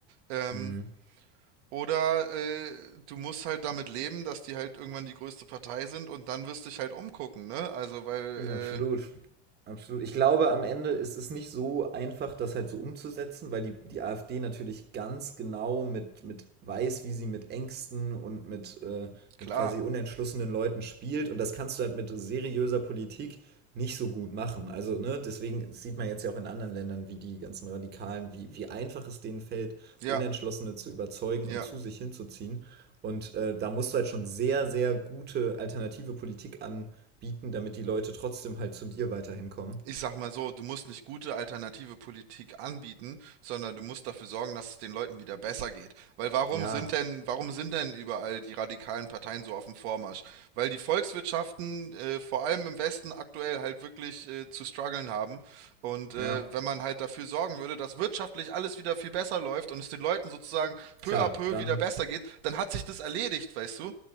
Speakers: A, on the right; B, on the right.
A: Ähm,
B: hm.
A: oder äh, du musst halt damit leben, dass die halt irgendwann die größte Partei sind und dann wirst du dich halt umgucken, ne? Also, weil,
B: Absolut.
A: äh,
B: Absolut. Ich glaube, am Ende ist es nicht so einfach, das halt so umzusetzen, weil die, die AfD natürlich ganz genau mit, mit weiß, wie sie mit Ängsten und mit, äh,
A: klar,
B: mit quasi unentschlossenen Leuten spielt. Und das kannst du halt mit seriöser Politik nicht so gut machen. Also, ne, deswegen sieht man jetzt ja auch in anderen Ländern, wie die ganzen Radikalen, wie, wie einfach es denen fällt,
A: ja,
B: Unentschlossene zu überzeugen
A: ja.
B: und zu sich hinzuziehen. Und äh, da musst du halt schon sehr, sehr gute alternative Politik an bieten, damit die Leute trotzdem halt zu dir weiterhin kommen.
A: ich sag mal so, du musst nicht gute alternative Politik anbieten, sondern du musst dafür sorgen, dass es den Leuten wieder besser geht. Weil warum
B: Ja,
A: sind denn, warum sind denn überall die radikalen Parteien so auf dem Vormarsch? Weil die Volkswirtschaften äh, vor allem im Westen aktuell halt wirklich äh, zu strugglen haben. Und äh,
B: ja,
A: wenn man halt dafür sorgen würde, dass wirtschaftlich alles wieder viel besser läuft und es den Leuten sozusagen peu
B: klar,
A: à peu
B: dann,
A: wieder besser geht, dann hat sich das erledigt, weißt du?